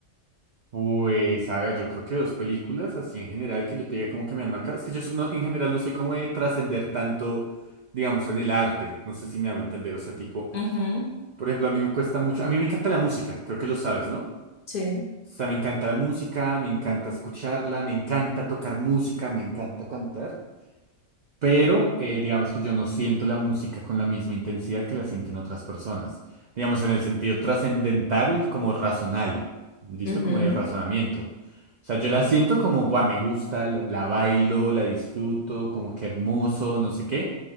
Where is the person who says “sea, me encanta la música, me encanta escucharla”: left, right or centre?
Right